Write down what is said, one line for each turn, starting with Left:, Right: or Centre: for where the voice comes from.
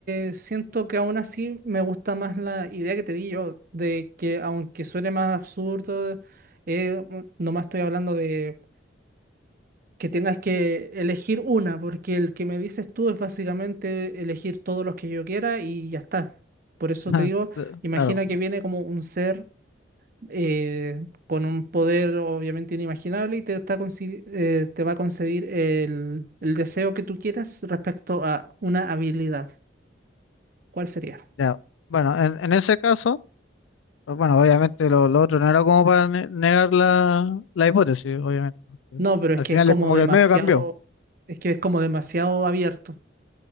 Right: Eh, siento que aún así me gusta más la idea que te di yo, de que aunque suene más absurdo, eh, mm, nomás estoy hablando de que tengas que elegir una, porque el que me dices tú es básicamente elegir todos los que yo quiera y ya está. Por eso
Left: <laughs> Ajá,
Right: te digo,
Left: cl-
Right: imagina
Left: Claro,
Right: que viene como un ser eh, con un poder obviamente inimaginable y te, está conci- eh, te va a conceder el el deseo que tú quieras respecto a una habilidad. ¿Cuál sería?
Left: ya. Bueno, en, en ese caso, pues bueno, obviamente lo, lo otro no era como para ne- negar la, la hipótesis, obviamente. porque
Right: No, pero es
Left: Al
Right: que
Left: final
Right: es como
Left: es como
Right: demasiado,
Left: que el medio cambió,
Right: es que es como demasiado abierto.